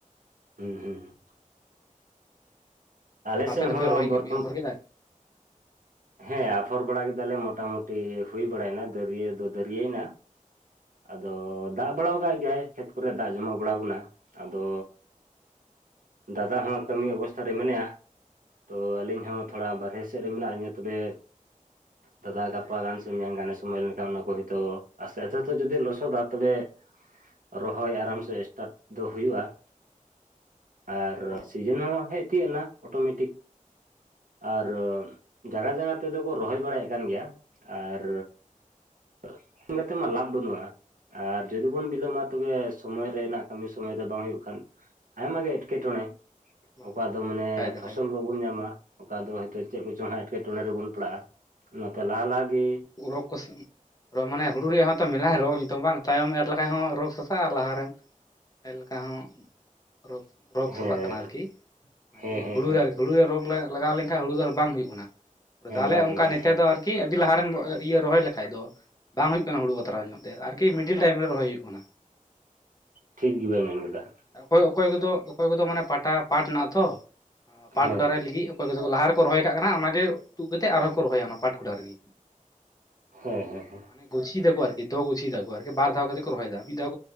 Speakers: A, on the right; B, on the left.
A: ᱦᱩᱸ ᱦᱩᱸ ᱟᱞᱮᱥᱮᱫ
B: ᱟᱯᱮ ᱫᱚᱯᱮ
A: ᱦᱚᱸ
B: ᱨᱚᱦᱚᱭ
A: ᱵᱚᱨᱛᱚᱢ
B: ᱟᱯᱷᱚᱨ ᱠᱮᱫᱟ
A: ᱦᱮᱸ ᱟᱯᱷᱚᱨ ᱵᱟᱲᱟ ᱠᱮᱫᱟᱞᱮ ᱢᱚᱴᱟ ᱢᱩᱩᱴᱤ ᱦᱩᱭ ᱵᱟᱲᱟᱭᱱᱟ ᱫᱟᱹᱨᱭᱟᱹ ᱫᱚ ᱫᱟᱹᱨᱭᱱᱟ ᱟᱫᱚ ᱫᱟᱜ ᱵᱟᱲᱟᱣ ᱟᱠᱟᱜ ᱜᱮᱭᱟᱭ ᱠᱷᱮᱛ ᱠᱚᱨᱮ ᱫᱟᱜ ᱡᱚᱢᱟᱣ ᱵᱟᱲᱟᱟᱣ ᱠᱟᱱᱟ ᱟᱫᱚ ᱫᱟᱫᱟ ᱦᱚᱸ ᱠᱟᱹᱢᱤ ᱚᱵᱚᱥᱛᱟ ᱨᱮ ᱢᱮᱱᱟᱭᱟ ᱛᱚ ᱟᱹᱞᱤᱧ ᱦᱚᱸ ᱛᱷᱚᱲᱟ ᱵᱟᱨᱦᱨᱮᱮ ᱥᱮᱫ ᱨᱮ ᱢᱮᱱᱟᱜ ᱞᱤᱧᱟ ᱛᱚᱵᱮ ᱫᱟᱫᱟ
B: ᱵᱟᱨᱦᱮ
A: ᱜᱟᱯᱟ ᱜᱟᱱ <unintelligible> ᱜᱟᱱᱮ ᱥᱚᱢᱚᱭ ᱞᱮᱱᱠᱷᱟᱱ ᱚᱱᱟ ᱠᱚ ᱦᱚᱭᱛᱳ ᱟᱥᱛᱮ ᱟᱥᱛᱮ ᱡᱚᱫᱤ ᱞᱚᱥᱚᱫᱟ ᱛᱚᱵᱮ ᱨᱚᱦᱚᱭ ᱟᱨᱟᱢ ᱥᱮ ᱥᱴᱟᱴ ᱫᱚ ᱦᱩᱭᱩᱜᱼᱟ ᱟᱨ
B: ᱚ
A: ᱥᱤᱡᱤᱱ ᱦᱚᱸ ᱦᱮᱡ ᱛᱤᱭᱟᱹᱜ ᱮᱱᱟ ᱚᱴᱳᱢᱮᱴᱤᱠ ᱟᱨ ᱡᱟᱜᱟ ᱡᱟᱜᱟ ᱛᱮᱫᱚ ᱠᱚ ᱨᱚᱦᱚᱭ ᱵᱟᱲᱟᱭᱮᱫ ᱠᱟᱱ ᱜᱮᱭᱟ ᱟᱨ <unintelligible> <unintelligible> ᱞᱟᱵᱷ ᱵᱟᱹᱱᱩᱜ-ᱟ ᱟᱨ ᱡᱩᱚᱫᱤ ᱵᱚᱱ ᱵᱤᱞᱚᱢᱟ ᱛᱚᱵᱮ ᱥᱚᱢᱚᱭ ᱨᱮᱱᱟᱜ ᱠᱟᱹᱢᱤ ᱥᱚᱢᱚᱭ ᱨᱮᱱᱟᱜ ᱠᱟᱹᱢᱤ ᱥᱚᱢᱚᱭ ᱨᱮ ᱵᱟᱝ ᱦᱩᱭᱩᱜ ᱠᱷᱟᱱ ᱟᱭᱢᱟᱜᱮ ᱮᱴᱠᱮᱴᱚᱬᱮ
B: ᱵᱟᱝ
A: ᱚᱠᱟ ᱫᱚ ᱢᱟᱱᱮ
B: ᱵᱟᱠᱷᱟᱡ ᱫᱚ
A: ᱯᱷᱚᱥᱚᱞ
B: ᱠᱷᱟᱡ
A: ᱵᱟᱵᱚᱱ ᱧᱟᱢᱟ ᱚᱠᱟ ᱫᱚ ᱦᱚᱭᱛ ᱪᱮᱫ ᱠᱚᱪᱚᱝ ᱦᱟᱸᱜ ᱮᱴᱠᱮᱴᱚᱬᱮ ᱨᱮᱵᱚᱱ ᱯᱟᱲᱟᱜᱼᱟ ᱱᱟᱛᱮ ᱞᱟᱦᱟ ᱞᱟᱦᱟ ᱜᱤ
B: ᱯᱚᱨᱚᱠ ᱠᱚᱥᱮᱱ ᱢᱟᱱᱮ ᱦᱩᱲᱩ ᱨᱮᱭᱟᱜ ᱦᱚᱸ ᱛᱚ ᱢᱮᱞᱟᱭᱟ ᱨᱳᱽ ᱫᱚ ᱵᱟᱝ ᱛᱟᱭᱚᱢ ᱮᱨ ᱞᱮᱷᱟᱡ ᱦᱚᱸ ᱨᱳᱜᱽ ᱛᱟ ᱞᱟᱦᱟᱨᱮᱱ ᱮ ᱞᱮᱠᱟ ᱦᱚᱸ ᱨᱳᱠ ᱨᱳᱠ
A: ᱦᱮᱸ
B: ᱥᱟᱥᱟᱜ ᱠᱟᱱᱟ ᱟᱨᱠᱤ ᱚᱱᱟ
A: ᱦᱮᱸ
B: ᱤᱭᱟᱹᱨᱮ
A: ᱦᱮᱸ
B: ᱦᱩᱲᱩ
A: ᱦᱮᱸ
B: ᱨᱮ ᱟᱨᱠᱤ ᱦᱩᱲᱩ ᱨᱮ ᱨᱳᱜᱽ ᱞᱟᱜᱟᱣ ᱞᱮᱱᱠᱷᱟᱱ ᱦᱩᱲᱩ ᱫᱚ ᱟᱨ ᱵᱟᱝ ᱦᱩᱭᱩᱜ ᱠᱟᱱᱟ
A: ᱦᱮᱸ
B: ᱛᱟᱦᱚᱞᱮ
A: ᱵᱟᱝ
B: ᱚᱱᱠᱟ
A: ᱦᱩᱭᱩᱜ ᱠᱟᱱᱟ
B: ᱱᱮᱛᱮ
A: ᱦᱮᱸ ᱦᱮᱸ
B: ᱫᱚ ᱟᱨ ᱠᱤ ᱟᱹᱰᱤ ᱞᱟᱦᱟᱨᱮᱢ ᱤᱭᱟᱹ ᱨᱚᱦᱚᱭ ᱞᱮᱠᱷᱟᱡ ᱫᱚ ᱵᱟᱝ ᱦᱩᱭᱩᱜ ᱠᱟᱱᱟ ᱦᱩᱲᱩ ᱵᱟᱛᱨᱟᱣ ᱧᱚᱜ ᱛᱮ ᱟᱨᱠᱤ ᱢᱤᱰᱤᱞ ᱴᱟᱭᱤᱢ ᱨᱮ ᱨᱚᱦᱚᱭ ᱦᱩᱭᱩᱜ ᱠᱟᱱᱟ
A: ᱴᱷᱤᱠ ᱜᱮᱵᱮᱱ ᱢᱮᱱ ᱠᱟᱫᱟ
B: ᱚᱠᱚᱭ ᱚᱠᱚᱭ ᱠᱚᱫᱚ ᱚᱠᱚᱭ ᱠᱚᱫᱚ ᱢᱟᱱᱮ ᱯᱟᱴᱟ ᱯᱟᱴ ᱦᱮᱱᱟᱜ ᱟ ᱛᱚ ᱯᱟᱴ
A: ᱦᱮᱸ
B: ᱜᱚᱰᱟ ᱨᱮ ᱞᱤᱜᱤᱜ ᱚᱠᱚᱭ ᱠᱚᱫᱚ ᱠᱚ ᱞᱟᱦᱟ ᱨᱮᱠᱚ ᱨᱚᱦᱚᱭ ᱠᱟᱜ ᱠᱟᱱᱟ ᱚᱱᱟᱜᱮ ᱛᱩᱫ ᱠᱟᱛᱮᱜ ᱟᱨᱦᱚᱸ ᱠᱚ ᱨᱚᱦᱚᱭᱟ ᱚᱱᱟ ᱯᱟᱴ ᱠᱚᱲᱟ ᱨᱮᱜᱮ
A: ᱦᱮᱸ ᱦᱮᱸ ᱦᱮᱸ
B: ᱢᱟᱱ ᱜᱩᱪᱷᱤ ᱫᱟᱠᱚ ᱟᱨᱠᱤ ᱫᱚ ᱜᱩᱪᱷᱤᱭ ᱫᱟᱠᱚ ᱟᱨᱠᱤ ᱵᱟᱨᱫᱷᱟᱣ ᱠᱟᱛᱮ ᱠᱚ ᱨᱚᱭᱮᱫᱟ ᱢᱤᱫ ᱫᱷᱟᱣ